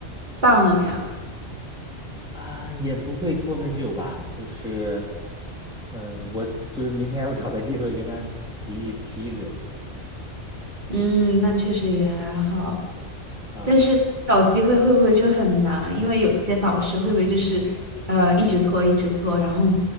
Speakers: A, on the right; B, in the centre.
A: 办了呀？
B: 啊，也不会拖很久吧，就是，嗯，我就是明天我找个机会跟他提一提一嘴
A: 嗯，那确实也还好，
B: 啊，
A: 但是找机会会不会就很难？因为有些导师会不会就是呃一直拖一直拖，然后